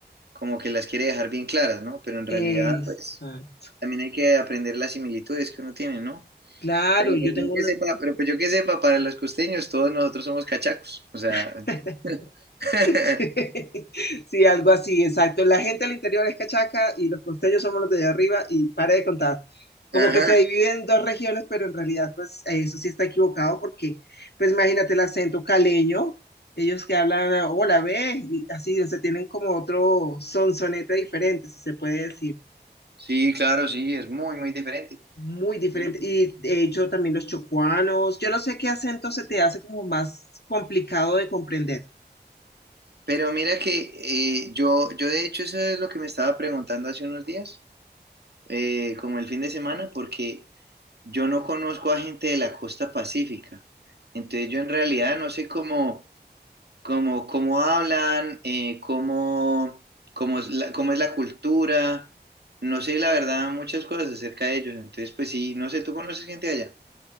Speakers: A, on the right; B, on the left.
A: como que las quiere dejar bien claras, ¿no? Pero en realidad,
B: Exacto.
A: pues, también hay que aprender las similitudes que uno tiene, ¿no?
B: Claro,
A: Pero
B: yo
A: pues
B: tengo
A: yo que
B: una.
A: sepa, pero pues yo que sepa, para los costeños todos nosotros somos cachacos, o sea...
B: <laughs>
A: <laughs>
B: Sí, sí, algo así, exacto. La gente al interior es cachaca y los costeños somos los de allá arriba y pare de contar. Como
A: Ajá.
B: que se dividen en dos regiones, pero en realidad, pues eh, eso sí está equivocado porque, pues imagínate el acento caleño, ellos que hablan, hola, ve, y así, o sea, tienen como otro sonsonete diferente, si se puede decir,
A: Sí, claro, sí, es muy, muy diferente.
B: muy diferente.
A: Sí.
B: Y de hecho también los chocuanos, yo no sé qué acento se te hace como más complicado de comprender.
A: Pero mira que eh, yo, yo de hecho eso es lo que me estaba preguntando hace unos días eh, como el fin de semana, porque yo no conozco a gente de la costa pacífica. Entonces yo en realidad no sé cómo, cómo, cómo hablan, eh, cómo, cómo es la, cómo es la cultura, no sé la verdad muchas cosas acerca de ellos. Entonces pues sí, no sé, ¿tú conoces gente de allá?